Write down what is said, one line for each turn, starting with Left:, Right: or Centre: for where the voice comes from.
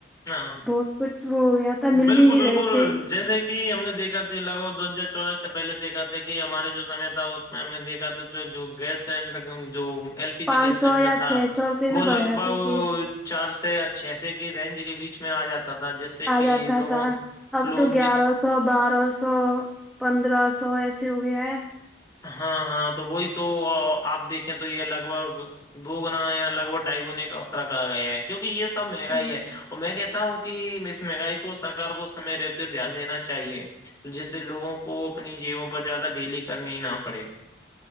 Left: ہاں
Centre: بہت کچھ وہ ہو گیا تھا
Left: بالکل
Centre: مل بھی نہیں
Left: بالکل
Centre: رہے تھے
Left: جیسے کہ ہم نے دیکا تھاے لگ بگ دو ہزار چودہ سے پہلے دیکا تھا کہ ہمارے جو سمے تھا ہم نے دیکھا تو جو گیس سلینڈر جو ایل پی
Centre: پانچ
Left: جی گیس
Centre: سو
Left: سلینڈر
Centre: یا
Left: تھا
Centre: چھ سو روپے میں
Left: وہ لگ
Centre: بڑھ جاتی
Left: بھگ
Centre: تھی
Left: چار سے یا چھ س کی رینج کے بیچ میں آ جاتا تھا جس سے کہ
Centre: آ جاتا
Left: لوگوں
Centre: تھا اب
Left: لوگوں
Centre: تو گیارہ
Left: کی
Centre: سو سو بارہ سو پندرہ سو ایسی ہوگئے ہے
Left: ہاں ہاں تو وہی تو آپ دیکھیں تو یہ لگ بھگ دو گنا یا لگ بھگ ڈھائی گنے کا فرق آ گیا ہے کیونکہ یہ سب مہنگاائی
Centre: ہ
Left: ہے اور میں کہتا ہوں کہ مس مہنگائی کو سرار کو سمے رہتی یہ دھیان دینا چاہیے جس سے لوگوں کو اپنی جیبوں پر زیادہ ڈیلی کرنی نہ پڑے